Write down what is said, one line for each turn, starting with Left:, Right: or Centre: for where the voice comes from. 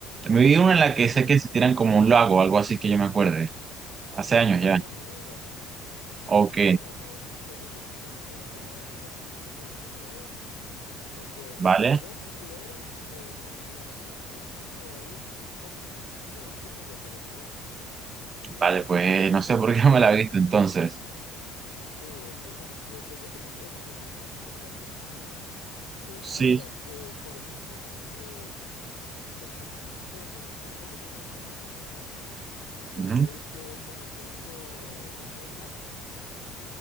Right: Me vi una en la
Left: ¿Cuál?
Right: que sé que se tiran como un lago, algo así que yo me acuerdo. Hace
Left: Ah,
Right: años
Left: esa
Right: ya.
Left: es la primera, esa
Right: Ok,
Left: es la primera, pero eh, entonces si te gustó la primera te recomiendo que busques la dos. Porque
Right: vale.
Left: yo considero que la segunda es todavía un un poco más eh, cómica que la primera.
Right: Vale, pues no sé por qué no
Left: Por,
Right: me la he visto entonces.
Left: sí, entonces te, te recomiendo, esa es una opción que puedes tomar, ¿verdad? Eh, ahora,
Right: Sí.
Left: eh, por ejemplo, eh, pensando un poquito en, en el otro género que mencionaba, no sé
Right: Ujú.
Left: si ya viste conociendo a Joe Black.